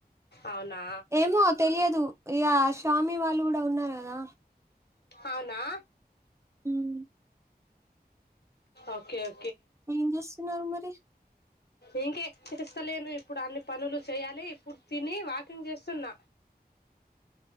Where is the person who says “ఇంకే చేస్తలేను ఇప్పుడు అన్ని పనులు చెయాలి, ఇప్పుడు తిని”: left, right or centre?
Left